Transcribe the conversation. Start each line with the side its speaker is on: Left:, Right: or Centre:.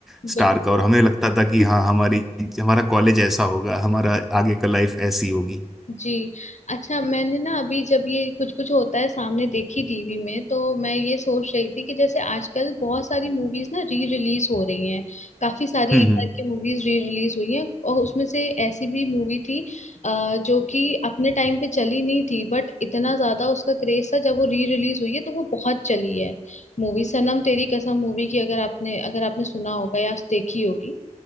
Left: <laughs>
Centre: स्टार
Left: बिल्कुल
Centre: का और हमें लगता था कि हाँ हमारी हमारा कॉलेज ऐसा होगा हमारा आगे का लाइफ ऐसी होगी
Left: जी अच्छा मैंने ना अभी जब ये कुछ कुछ होता है सामने देखी टीवी में तो मैं ये सोच रही थी कि जैसे आजकल बहुत सारी मूवीज ना री रिलीज हो रही हैं काफी सारी
Centre: हम्म
Left: इधर
Centre: हम्म
Left: की मूवीज री रिलीज हुई हैं और उसमें से ऐसी भी मूवी थी अ, जो कि अपने टाइम पे चली नहीं थी बट इतना ज्यादा उसका क्रेज था जब वो री रिलीज हुई है तो वो बहुत चली है मूवी सनम तेरी कसम मूवी की अगर आपने अगर आपने सुना होगा या देखी होगी